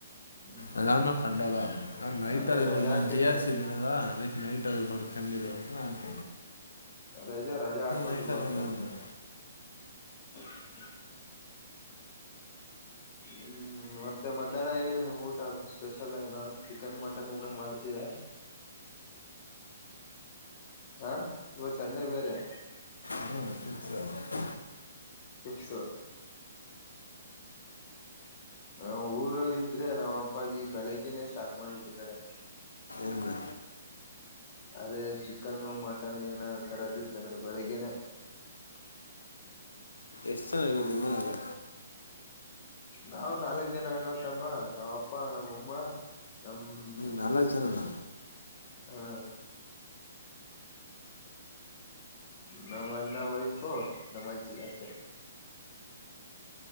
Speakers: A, on the left; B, on the left.
A: ಹ್ಮ್
B: ಅದಾದ್ ಮೇಲೆ ಕಂಡಿಲ್ಲ. ನಾ ನೈಟಲ್ಲಿ
A: ಅದೇ
B: ಇರ್ಬೋದು
A: ರಜಾ
B: ನಾನ
A: ಹಾಕಿರ್ತಾನೆ
B: ಜಿ ಹಾಕ್ಸಿನಿಲ್ಲ ಇದಿದ್ದೀನಲ್ಲವಾ ಅದಕ್ಕೆ ನೈಟಲ್ಲಿ ಇರ್ಬೋದು ಕಮ್ಮಿ ಇ
A: ರಜಾ ರಜಾ ಆಕೌಂಟರು
B: ನೈಟಲ್ಲಿ
A: ಬಹ ಭಾವಸ
B: ಇನ್ನೊಂದು
A: <unintelligible> ಹ್ಮ್ ಮತ್ತೆ ಮಧ್ಯಾಹ್ನ ಏನ ಊಟ ಸ್ಪೆಷಲ್ ಏನ ಚಿಕನ್ ಮಟನ್ ಏನ ಮಾಡ್ತಿಯಾ ಹಾ ಇವತ್ ಸಂಡೆ ಬೇರೆ
B: ಹ್ಞೂ ಫಿಕ್ಸ್ ಅದು
A: ಸು ಹ ಊರಲ್ಲಿ ಇದ್ರೆ ನಾವ ಅಪ್ಪ ಈ ಬೆಳಗ್ನೆೇ ಸ್ಟಾರ್ಟ್ ಮಾಡ್ಬಿಡ್ತಾರೆ
B: ಏನು
A: ಅದೇ ಚಿಕನ್ ಮಟನ್ ಏನ ತರದ ಇತ್ತ ಅಂದ್ರೆ ಬೆಳಿಗ್ಗೆನೆೇ
B: ಎಷ್ಟು ಜನ ಇರೋದು ನಿಮನ್ಯಾ.
A: ನಾವವು್ ನಾಲ್ಕ್ ಜನ ಅಣ್ಣತ್ತಮ್ಮ ನಾವ್ ಅಪ್ಪ ನಮ್ಮ್ಅಮ್ಮ ನಮ್ಮ
B: ನಾಲಕ್ ಜನನ
A: ಹಾ ನಮ್ಮ ಅನ್ನ ವೈಫು ನಮ್ಮ ಅಜ್ಜಿ ಅಷ್ಟೇ.